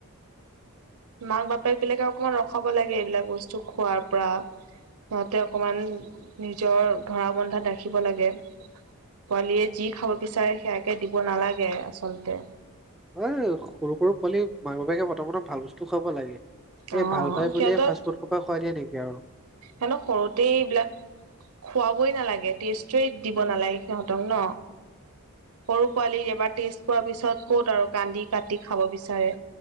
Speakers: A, on the right; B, in the centre.
A: মাক বাপেক বিলাকে অকমান ৰখাব লাগে এইবিলাক বস্তু খোৱাৰ পৰা। সিহঁতে অকমান নিজৰ ধৰা বন্ধাত ৰাখিব লাগে পোৱালীয়ে যি খাব বিচাৰে সেয়া কে দিব নালাগে আচলতে।
B: এ সৰু সৰু পোৱালিক মাক বাপেকে প্ৰথম প্ৰথম ভাল বস্তু খুৱাব লাগে। এ
A: অ
B: ভাল পাই
A: সিহঁতক
B: বুলিয়ে ফাষ্ট ফুড খোপা খুৱাই দিয়ে নেকি আৰু
A: হেতক সৰুতে এইবিলাক খুৱাবই নালাগে, টেষ্টটোয়েই দিব নালাগে সিহঁতক ন? সৰু পোৱালী এবাৰ টেষ্ট পোৱাৰ পিছত ক'ত আৰু কান্দি কাটি খাব বিচাৰে।